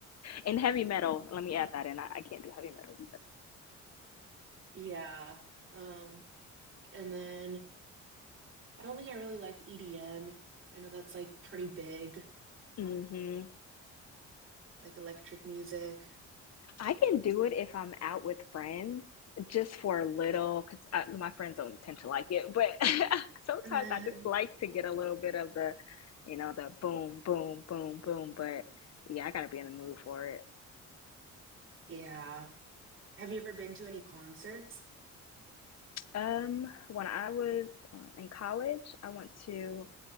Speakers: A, on the left; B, on the right.
A: And heavy metal, let me add that in. I, I can't do heavy metal
B: Yeah. Um, and then I don't think I really like EDM. I know that's like pretty big,
A: either. Hmm.
B: like electric music.
A: I can do it if I'm out with friends, just for a little, because my friends don't tend to like it. But <laughs> sometimes
B: <laughs>
A: I just like
B: Uh,
A: to get a little bit of the, you know, the boom, boom, boom, boom. But yeah, I gotta be in the mood for it.
B: Yeah. Have you ever been to any concerts?
A: Um, when I was uh, in college, I went to